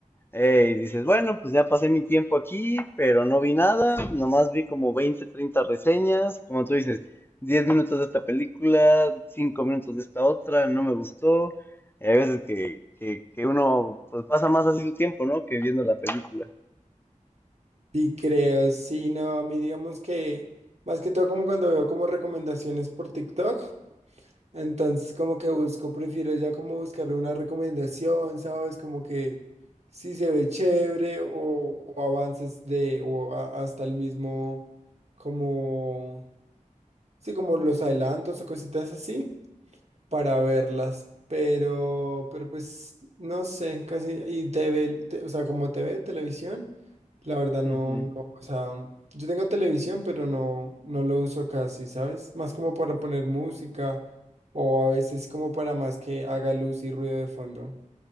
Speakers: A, on the left; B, on the right.
A: eh, y dices, bueno, pues ya pasé mi tiempo aquí, pero no vi nada, nomás vi como 20 30 reseñas, como tú dices, 10 minutos de esta película, 5 minutos de esta otra, no me gustó, y hay veces que, que, que uno pues pasa más así su tiempo, ¿no? Que viendo la película.
B: Sí, creo, sí, no, a mí digamos que más que todo como cuando veo como recomendaciones por TikTok. Entonces, como que busco, prefiero ya como buscar una recomendación, ¿sabes? Como que si se ve chévere o, o avances de, o a- hasta el mismo, como, sí, como los adelantos o cositas así para verlas, pero, pero pues no sé, casi, y TV, te- o sea, como TV, televisión, la verdad
A: <laughs>
B: no, no, o sea, yo tengo televisión, pero no, no lo uso casi, ¿sabes? Más como para poner música o a veces como para más que haga luz y ruido de fondo.